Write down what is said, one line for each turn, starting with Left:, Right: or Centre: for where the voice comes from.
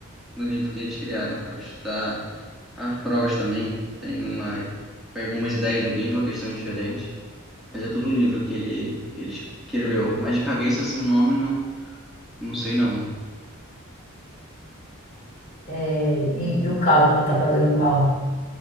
Centre: no livro que eles criaram para estudar as provas também, tem uma, pega algumas ideias do livro, questões diferentes. Mas é tudo livro que ele, que ele escreveu. Mas de cabeça, assim, o nome não, não sei não.
Left: É, e, e o cálculo, tá pagando qual?